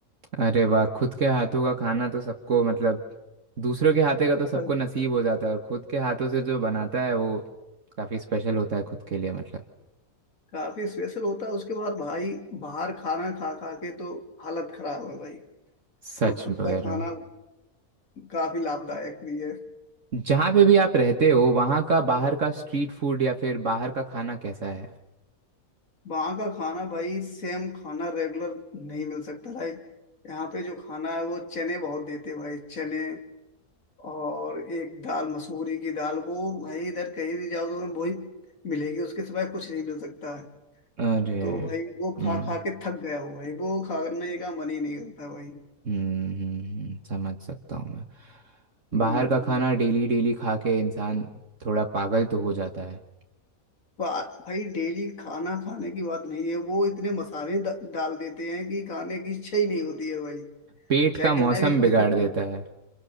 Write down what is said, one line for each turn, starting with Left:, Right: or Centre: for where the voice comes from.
Right: अरे वाह खुद के हाथों का खाना तो सबको मतलब दूसरों के हाथों का तो
Left: हूँ
Right: सबको नसीब हो जाता है और खुद के हाथों से जो बनाता है वो काफ़ी स्पेशल होता है खुद के लिए मतलब
Left: काफी स्पेशल होता है उसके बाद भाई बाहर खाना खा खा के तो हालत खराब है भाई
Right: सच
Left: तो खुद
Right: बोल
Left: का
Right: रहे
Left: खाना
Right: हो
Left: काफी लाभदायक भी है
Right: जहाँ पे भी आप रहते हो वहाँ का बाहर का स्ट्रीट फूड या फिर बाहर का खाना कैसा है
Left: वहाँ का खाना भाई सेम खाना रेगुलर नहीं मिल सकता लाइक यहाँ पे जो खाना है वो चने बहुत देते भाई चने और एक दाल मसूरी की दाल वो भाई इधर कहीं भी जाओ तो वही मिलेगी उसके सिवाय कुछ नहीं मिल सकता है
Right: अरे
Left: तो भाई वो
Right: हम्म
Left: खा खा के थक गया हूँ भाई वो खाने का मन ही नहीं करता भाई
Right: हम्म हम्म, हम्म, समझ सकता हूँ मैं
Left: हम्म
Right: बाहर का खाना डेली डेली खा के इंसान थोड़ा पागल तो हो जाता है
Left: बात भाई डेली खाना खाने की बात नहीं है वो इतने मसाले ड- डाल देते हैं कि खाने की इच्छा ही नहीं होती है भाई
Right: पेट
Left: चाहे
Right: का मौसम
Left: कितना भी स्पेशल
Right: बिगाड़ देता है